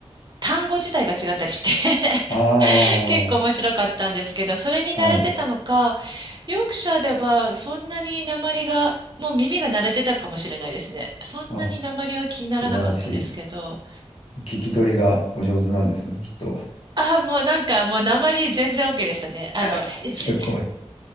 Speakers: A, on the right (about 40°); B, on the left (about 65°).
A: 単語自体が違ったりして <laughs>
B: ああ、
A: 結構面白かったんですけど、
B: す
A: それに慣れてたのか、
B: はい。
A: ヨークシャーではそんなに鉛が、もう耳が慣れてたかもしれないですね。そんなに鉛は気にならなかったですけど。
B: あ、素晴らしい。聞き取りがお上手なんですね、きっと。
A: あ、もうなんかもう鉛全然 OK でしたね。あの、
B: <laughs> すごい。
A: 一、